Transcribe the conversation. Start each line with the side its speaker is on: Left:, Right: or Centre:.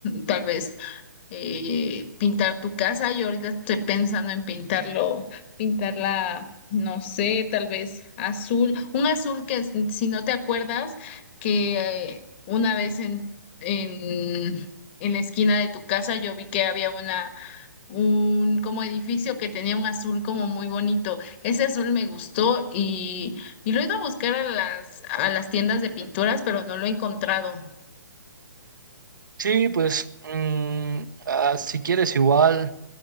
Left: tal vez eh, pintar tu casa. Yo ahorita estoy pensando en pintarlo, pintarla, no sé, tal vez azul, un azul que s- si no te acuerdas, que eh, una vez en, en, en la esquina de tu casa yo vi que había una, un como edificio que tenía un azul como muy bonito. Ese azul me gustó y, y lo he ido a buscar a las, a las tiendas de pinturas, pero no lo he encontrado.
Right: Sí, pues mm, ah, si quieres igual